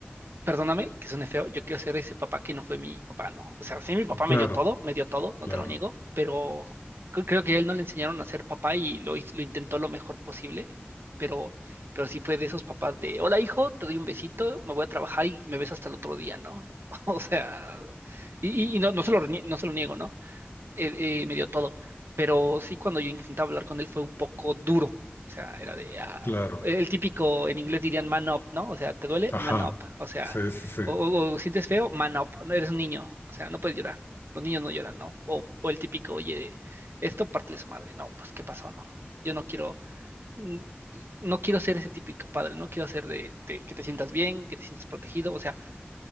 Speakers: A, on the right; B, on the left.
A: perdóname que suene feo, yo quiero ser ese papá que no fue mi papá, no. O sea, sí, mi papá me
B: Claro,
A: dio todo, me dio todo, no
B: claro,
A: te lo niego, pero cre- creo que a él no le enseñaron a ser papá y lo, hiz- lo intentó lo mejor posible, pero, pero sí fue de esos papás de, hola hijo, te doy un besito, me voy a trabajar y me ves hasta el otro día, ¿no? <laughs> O sea, y, y- y no, no se lo, renie- no se lo niego, ¿no? eh, eh, me dio todo. Pero sí, cuando yo intentaba hablar con él fue un poco duro. O sea, era de, ah,
B: claro,
A: el típico, en inglés dirían man up, ¿no? O sea, ¿te duele?
B: ajá,
A: Man up. O sea,
B: sí, sí, sí,
A: o, o- o sientes feo, man up. No eres un niño. O sea, no puedes llorar. Los niños no lloran, ¿no? O, o el típico, oye, esto parte de su madre. No, pues, ¿qué pasó? No. Yo no quiero, mm, no quiero ser ese típico padre. No quiero ser de, de que te sientas bien, que te sientas protegido. O sea,